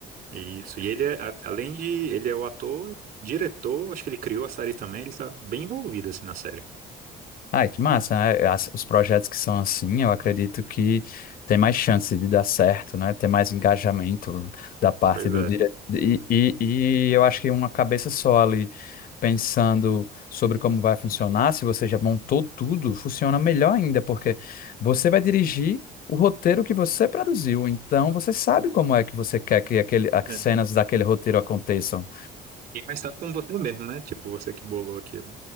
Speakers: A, on the right; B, on the left.
A: Isso. E ele é, a- além de, ele é o ator, diretor, acho que ele criou a série também, ele tá bem envolvido assim na série.
B: Ai, que massa, né? As- os projetos que são assim, eu acredito que tem mais chance de dar certo, né? Tem mais engajamento da parte
A: Pois
B: do diretor. E, e, e eu acho que uma cabeça só ali, pensando sobre como vai funcionar, se você já montou tudo, funciona melhor ainda, porque você vai dirigir o roteiro que você produziu, então você sabe como é que você quer que aquele, as
A: é.
B: cenas daquele roteiro aconteçam.
A: E- Mas tá com você mesmo, né? Tipo, você que bolou aquilo.